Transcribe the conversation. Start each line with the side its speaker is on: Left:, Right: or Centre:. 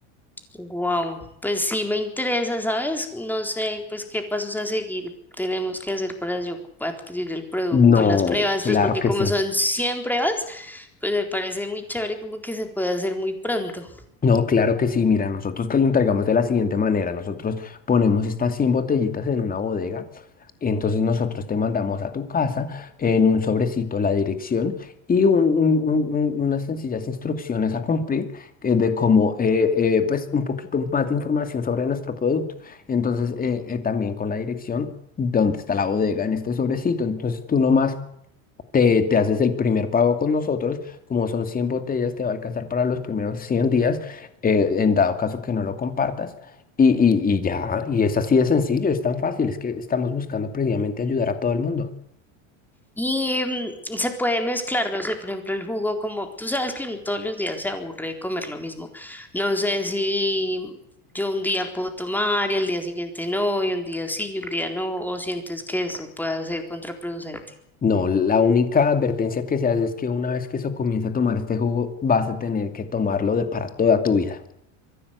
Centre: Wow, pues sí me interesa, ¿sabes? No sé, pues qué pasos a seguir tenemos que hacer para yo adquirir el producto,
Left: No,
Centre: las pruebas,
Left: claro
Centre: pues porque
Left: que
Centre: como
Left: sí.
Centre: son 100 pruebas, pues me parece muy chévere como que se puede hacer muy pronto.
Left: No, claro que sí. Mira, nosotros te lo entregamos de la siguiente manera. Nosotros ponemos estas 100 botellitas en una bodega. Entonces nosotros te mandamos a tu casa en un sobrecito la dirección y un- un- un- un- unas sencillas instrucciones a cumplir eh, de cómo, eh, eh, pues un poquito más de información sobre nuestro producto. Entonces eh, eh, también con la dirección, dónde está la bodega en este sobrecito. Entonces tú nomás te, te haces el primer pago con nosotros, como son 100 botellas, te va a alcanzar para los primeros 100 días, eh, en dado caso que no lo compartas, y, y, y ya, y es así de sencillo, es tan fácil, es que estamos buscando precisamente ayudar a todo el mundo.
Centre: Y mm, se puede mezclar, no sé, por ejemplo, el jugo como tú sabes que uno todos los días se aburre de comer lo mismo. No sé si yo un día puedo tomar y al día siguiente no, y un día sí y un día no, o sientes que eso pueda ser contraproducente.
Left: No, la única advertencia que se hace es que una vez que eso comience a tomar este jugo, vas a tener que tomarlo de para toda tu vida.